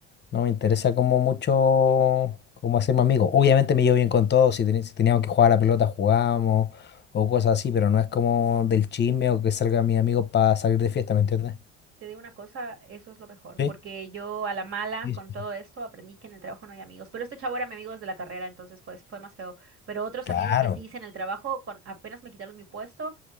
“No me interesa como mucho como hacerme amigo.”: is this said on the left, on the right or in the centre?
Left